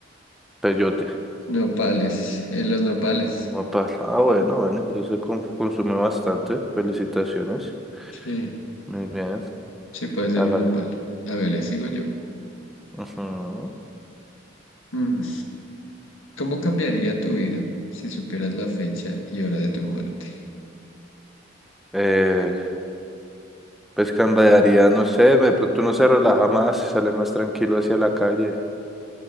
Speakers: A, in the centre; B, on the left (about 85°).
A: peyote,
B: Nopales. eh, los nopales.
A: un nopal. Ah, bueno, bueno, sí se con- consume bastante. Felicitaciones.
B: Sí,
A: Muy bien,
B: sí puede ser
A: hágalo.
B: un nopal. Hágale, sigo yo.
A: Ujú.
B: Mm, ¿Cómo cambiaría tu vida si supieras la fecha y hora de tu muerte?
A: Eh, pues cambiaría, no sé, de pronto uno se relaja más, sale más tranquilo hacia la calle.